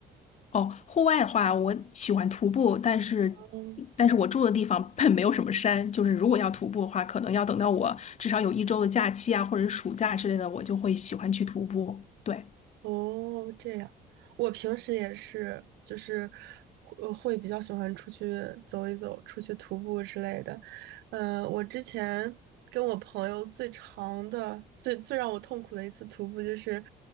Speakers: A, on the left; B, on the right.
A: 哦，户外的话，我喜欢徒步，但是，
B: 嗯。
A: 但是我住的地方本没有什么山，就是如果要徒步的话，可能要等到我至少有一周的假期啊，或者是暑假之类的，我就会喜欢去徒步。对，
B: 哦，这样，我平时也是，就是呃会比较喜欢出去走一走，出去徒步之类的。嗯、我之前跟我朋友最长的、最最让我痛苦的一次徒步，就是